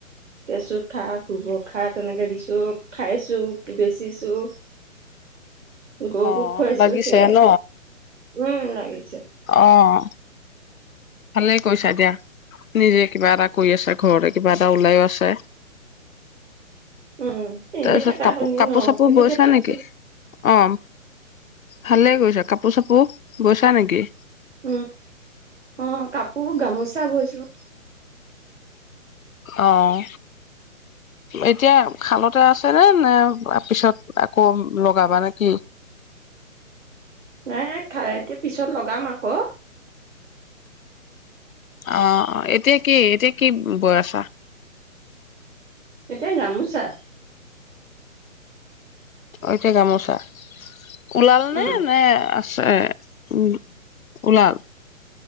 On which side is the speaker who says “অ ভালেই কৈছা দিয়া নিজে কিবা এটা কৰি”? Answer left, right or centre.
Left